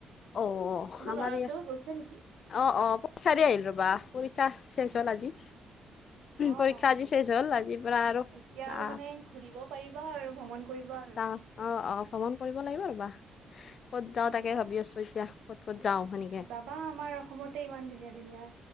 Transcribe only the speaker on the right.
তোমাৰ
ল'ৰাটো
গৈছে নেকি?
অ
হয়
হয়
এতিয়া আৰু
মানে ঘূৰিব পাৰিবা আৰু ভ্ৰমণ কৰিবা আৰু।
হয়
হয়।
যাবা আমাৰ অসমতে ইমান ধুনীয়া ধুনীয়া